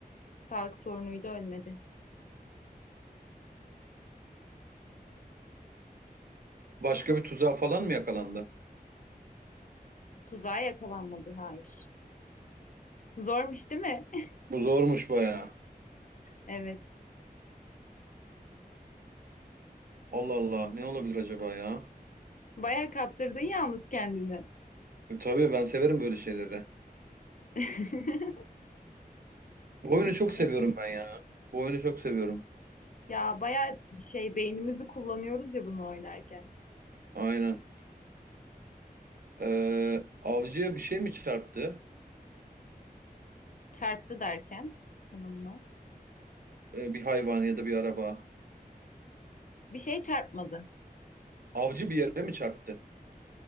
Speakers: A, on the left (about 55°); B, on the right (about 65°).
A: Sağlık sorunuyla ölmedi.
B: Başka bir tuzağa falan mı yakalandı?
A: Tuzağa yakalanmadı. Hayır. Zormuş değil mi? <laughs>
B: Bu zormuş bayağı.
A: Evet.
B: Allah Allah ne olabilir acaba ya?
A: Bayağı kaptırdın yalnız kendini.
B: Tabii ben severim böyle şeyleri.
A: <laughs>
B: Bu oyunu
A: Düşün
B: çok seviyorum
A: bakalım.
B: ben ya. Bu oyunu çok seviyorum.
A: Ya bayağı şey beynimizi kullanıyoruz ya bunu oynarken.
B: Aynen. Ee, avcıya bir şey mi çarptı?
A: Çarptı derken tanımla.
B: Ee, bir hayvan ya da bir araba.
A: Bir şey çarpmadı.
B: Avcı bir yere mi çarptı?